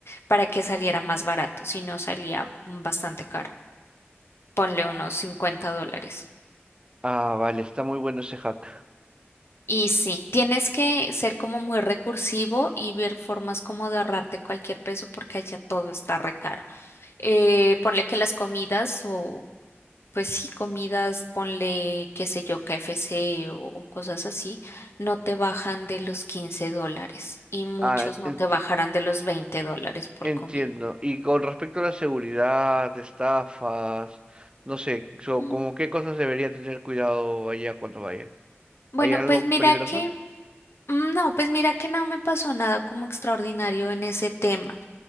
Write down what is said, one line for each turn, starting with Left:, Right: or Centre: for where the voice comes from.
Left: para que saliera más barato, si no salía bastante caro. Ponle unos 50 dólares.
Right: Ah, vale, está muy bueno ese hack.
Left: Y sí, tienes que ser como muy recursivo y ver formas como de ahorrarte cualquier peso porque allá todo está re caro. Eh, ponle que las comidas o pues sí, comidas, ponle qué sé yo, KFC o, o cosas así, no te bajan de los 15 dólares y muchos
Right: Ah,
Left: no
Right: enti-
Left: te bajarán de los 20 dólares por
Right: entiendo.
Left: comida.
Right: Y con respecto a la seguridad, estafas, no sé, so-
Left: Mm.
Right: como qué cosas debería tener cuidado allá cuando vaya.
Left: Bueno,
Right: ¿Hay algo
Left: pues mira
Right: peligroso?
Left: que, mm, no, pues mira que no me pasó nada como extraordinario en ese tema.